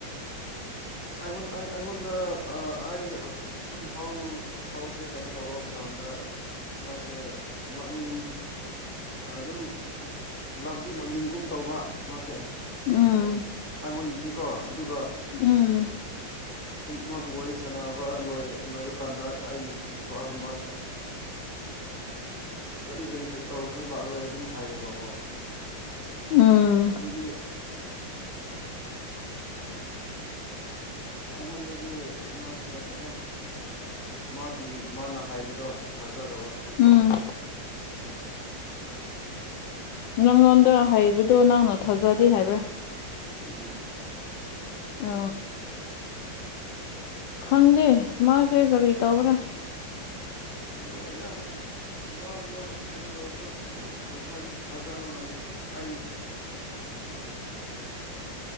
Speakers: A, in the centre; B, on the left.
A: ꯑꯩ ꯑꯩꯗ ꯑꯩ ꯑꯗꯨꯝ ꯐꯧ ꯐꯧꯁꯦ ꯀꯩꯅꯣ ꯇꯧꯕ ꯃꯇꯝꯗ ꯃꯥꯁꯦ ꯂꯥꯛꯅꯤꯡꯡ ꯑꯗꯨꯝ ꯂꯥꯛꯗꯤ ꯂꯥꯎꯅꯤꯡꯒꯨꯝ ꯇꯧꯕ ꯃꯥꯁꯦ
B: ꯎꯝ
A: ꯑꯩꯉꯣꯟꯗꯗꯤꯀꯣ ꯑꯗꯨꯒ
B: ꯎꯝ
A: ꯃꯥꯕꯨ ꯋꯥꯔꯤ ꯁꯥꯟꯅꯕ ꯂꯣꯏꯕ ꯀꯥꯟꯗ ꯑꯩꯒꯤ ꯏꯄꯥꯒꯨꯝꯕ ꯀꯔꯤ ꯀꯔꯤ ꯇꯧꯔꯁꯨ ꯂꯥꯛꯂꯣꯏ ꯑꯗꯨꯝ ꯍꯥꯏꯌꯦꯕꯀꯣ ꯃꯥꯁꯦ
B: ꯎꯝ
A: ꯑꯗꯨꯗꯤ ꯑꯩꯉꯣꯟꯗꯗꯤ ꯃꯥꯁꯦ ꯀꯩꯅꯣ ꯃꯥꯒꯤ ꯃꯥꯅ ꯍꯥꯏꯕꯗꯣ ꯊꯥꯖꯗꯕ ꯑꯣꯣ
B: ꯎꯝ
A: ꯎꯝ <unintelligible>
B: ꯅꯪꯉꯣꯟꯗ ꯍꯥꯏꯩꯕꯗꯣ ꯊꯥꯖꯗꯦ ꯍꯥꯏꯕ꯭ꯔꯥ
A: ꯑꯥ
B: ꯑ
A: ꯑꯁ
B: ꯈꯪꯗꯦ ꯃꯥꯁꯦ ꯀꯔꯤ ꯇꯕꯔ
A: ꯂꯣꯏꯅ ꯋꯥꯃ ꯀꯩꯅꯣ ꯇꯧꯕꯗꯣ ꯑꯩ ꯊꯥꯖ ꯊꯥꯖꯕ ꯉꯝꯗ꯭ꯔꯦ ꯑꯩ